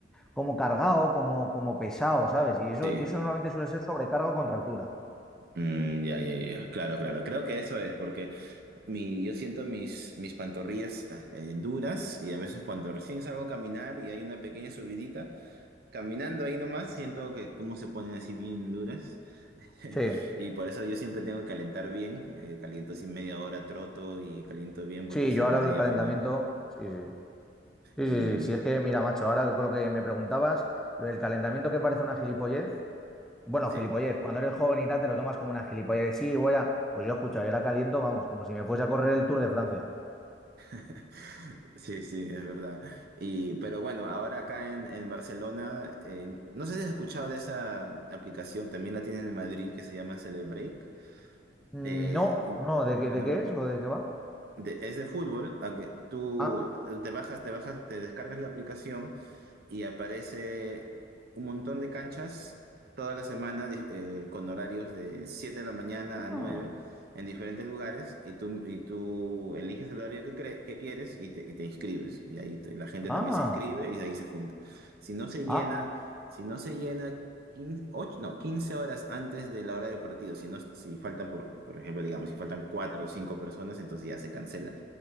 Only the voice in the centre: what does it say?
como cargado, como, como pesado, ¿sabes? Y eso,
eso normalmente suele ser sobrecarga o contractura.
Sí,
sí,
yo
ahora
el
calentamiento,
sí, sí. Sí,
sí, sí, sí, es que, mira, macho, ahora con lo que me preguntabas, lo del calentamiento que parece una gilipollez, Bueno,
gilipollez, cuando eres joven y tal, te lo tomas como una gilipollez. Sí, voy a. Pues yo escucho, yo la caliento, vamos, como si me fuese a correr el Tour de Francia.
Mm,
No, no, ¿de qué,
de qué es o de qué va?
Ah,
ah,
ah,
ah,